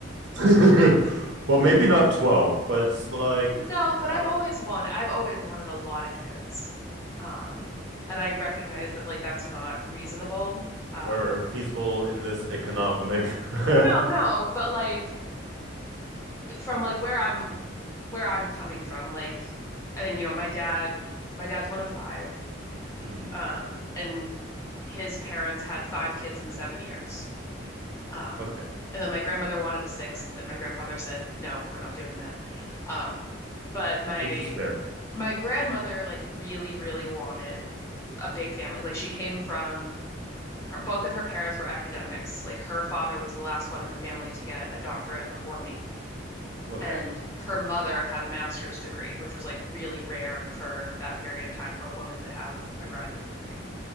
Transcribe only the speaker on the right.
<laughs> well, maybe not 12, but it's like,
uh,
or feasible in this economic. <laughs>
Hmm,
okay.
Which is fair.
Okay.